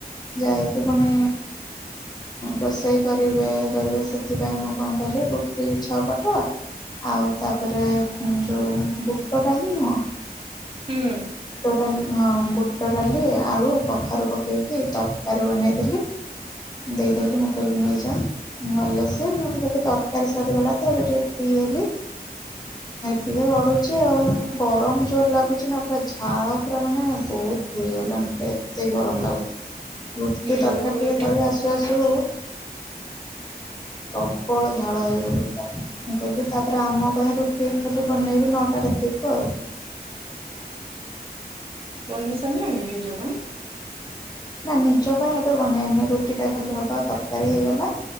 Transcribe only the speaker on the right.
ହୁଁ।
ଗୁଳୁ
ଗୁଳିଟା
ବନି ସାରିଲାଣି ପୂଜ ପାଇଁ